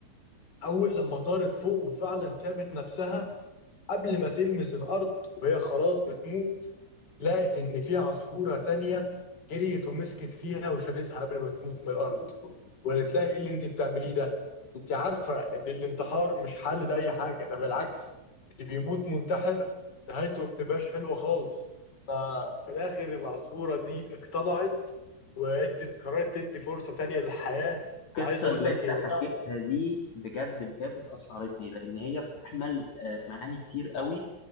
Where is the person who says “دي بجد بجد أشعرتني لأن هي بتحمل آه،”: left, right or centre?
Left